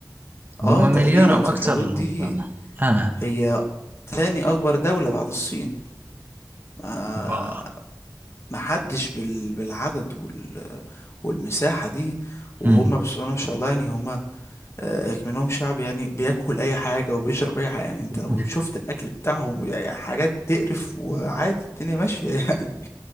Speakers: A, on the right; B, on the left.
A: هما
B: اه تقريبا
A: مليار أو
B: في
A: أكثر
B: الحدود دي
A: ربما آه
B: هي تاني أكبر دولة بعد الصين ما
A: واو.
B: ما حدش بال... بالعدد وال... والمساحة دي وهم
A: مم.
B: بسم الله ما شاء الله يعني هم آه، منهم شعب يعني بياكل أي حاجة وبيشرب أي حاجة يعني
A: <laughs>
B: أنت لو شفت الأكل بتاعهم وحاجات تقرف وعادي الدنيا ماشية يعني